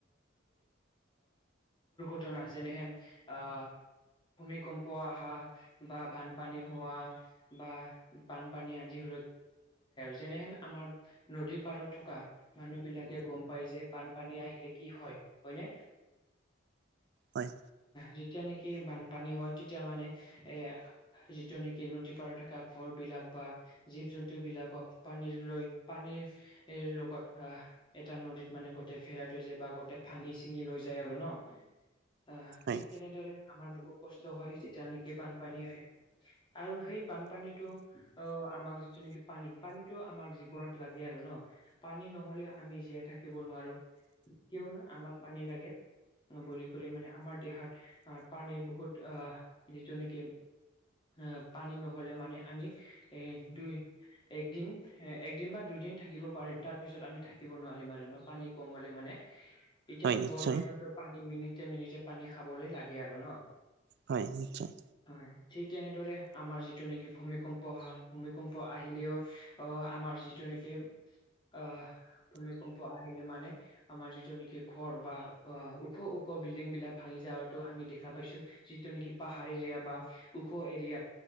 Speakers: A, on the left (about 25°); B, on the right (about 55°).
A: ঘটনা যেনেহেন আহ ভূমিকম্প আহা, বা বানপানী হোৱা বা বানপানী আদি হ যেনেন আমৰ নদীৰ পাৰত থকা মানুহ বিলাকে গম পায় যে পানী আহিলে কি হয় হয় নে
B: হয়
A: যেতিয়া নেকি বানপানী হয়, তেতিয়া মানে এ যিটো নেকি নদী পাৰত থকা ঘৰবলাক বা জীৱ জন্তু বিলাকক পানীৰ লৈ পানীৰৰ লগত আহ এটা নদীত মানে গোটতে ফেলাই থৈ যায়, বা গোটতে ভাঙি চিঙি লৈ যায় আৰু ন অ',
B: হয়
A: ঠিক তেনেদৰে আমাৰ বহুত কষ্ট হয়, যেতিয়া নেকি বানপানী আহে আৰু সেই বানপানীতটো অ', আমাক যিটো নেকি পানী পানীতটো আমাক জীৱনত লাগে আৰু ন পানী নহ'লেও আমি জীয়াই থাকিব নোৱাৰো, কিয়নো আমাক পানী লাগে বুলি বুলি মানে আমাৰ দেহাত পানীৰ বহুত আহ যিটো নেকি আহ পানী নহ'লে মানে, আমি এ দুই একদিন এ একদিন বা দুই দিন থাকিব পাৰিম, তাৰ পিছত আমি থাকিব নোৱাৰিম, আৰু ন পানী কম হ'লে মানে এতিয়াতো
B: হয় নিশ্চয়
A: গৰম দিনতো পানী মিনিট মিনিট পানী খাবলৈ লাগে আৰু ন
B: হয়, নিশ্চয়
A: হয় ঠিক তেনেদৰে, আমাৰ যিটো নেকি ভূমিকম্প অহা ভূমিকম্প আহিলেও অ আমাৰ যিটো <unintelligible> আহ ভূমিকম্প আহিলে মানে, আমাৰ যিটো নেকি ঘৰ বা অ ওখ ওখ বিল্ডিং বিলাক ভাঙি যাৱো আমি দেখা পাইছো যিটো নেকি পাহাৰ এৰিয়া বা ওখ এৰিয়াত